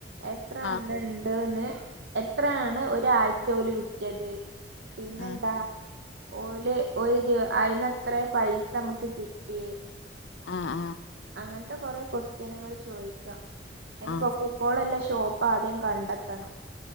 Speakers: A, on the right (about 70°); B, on the left (about 80°).
A: എത്ര
B: ആ
A: എണ്ണണ്ട് ന്ന് എത്രേണ് ഒരാഴ്ച്ച ഓല് വിറ്റത് പിന്നെന്താ
B: ഉം
A: ഓല് ഒരു ദിവ അയിന്നെത്രേ പൈസ അമ്മക്ക് കിട്ടിയേ
B: ആഹ് ആഹ്
A: അങ്ങത്തെ കൊറേ ക്വസ്റ്റ്യനുകൾ ചോയിക്കാ അതിനൊക്കൊപ്പം
B: ആ
A: ഓള് എല്ലാ ഷോപ്പ് ആദ്യം കണ്ടെത്തണം.